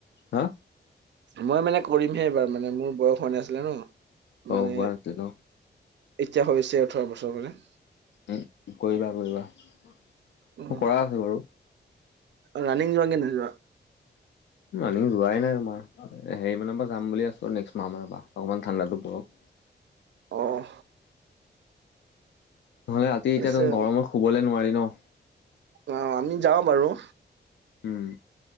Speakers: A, on the left; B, on the right.
A: হা?
B: মই মানে কৰিমহে এইবাৰ, মানে মোৰ বয়স হোৱা নাছিলে ন'।
A: অ
B: মানে
A: হোৱা নাছিল ন
B: এতিয়া হৈছে ওঠৰ বছৰ হলে।
A: উম, কৰিবা - কৰিবা। মোৰ
B: অ
A: কৰা আছে বাৰু।
B: ৰানিং যোৱা কি নোযোৱা?
A: ৰানিং যোৱাই নাই তোমাৰ। হেৰি মানৰ পৰা যাম বুলি আছোঁ, নেক্সট মাহ মানৰ পৰা অকণমান ঠাণ্ডাটো পৰক।
B: অ'।
A: নহলে ৰাতি এতিয়াতো
B: ঠিক আছে
A: গৰমত শুবলে নোৱাৰি ন'।
B: অ' আমি যাওঁ বাৰু
A: উম।